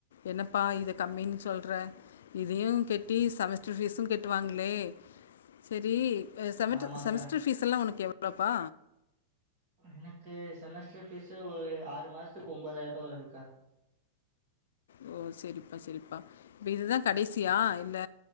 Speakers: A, on the left; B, on the right.
A: என்னப்பா இத கம்மின்னு சொல்ற இதையும் கெட்டி செமஸ்டர் ஃபீஸும் கெட்டுவாங்களே செரி செமட்ட
B: ஆமாக்கா
A: செமஸ்டர் ஃபீஸ்லா உனக்கு எவ்ளோப்பா
B: எனக்கு செமஸ்டர் ஃபீஸு ஒரு ஆறு மாசத்துக்கு ஒன்பதாயிருவா வரு க்கா
A: ஓ செரிப்பா செரிப்பா இப்ப இதுதான் கடைசியா
B: ம்
A: இந்த